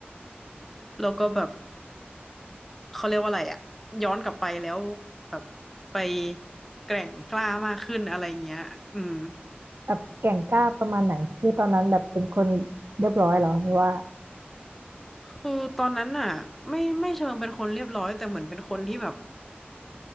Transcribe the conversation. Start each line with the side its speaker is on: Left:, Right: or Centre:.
Centre: แล้วก็แบบเขาเรียกว่าอะไรอ่ะย้อนกลับไปแล้วแบบไปแกร่งกล้ามากขึ้นอะไรเงี้ยอืม
Right: แบบแก่งกล้าประมาณไหนคือตอนนั้นแบบเป็นคนเรียบร้อยเหรอหรือว่า
Centre: คือตอนนั้นน่ะไม่ไม่เชิงเป็นคนเรียบร้อยแต่เหมือนเป็นคนที่แบบ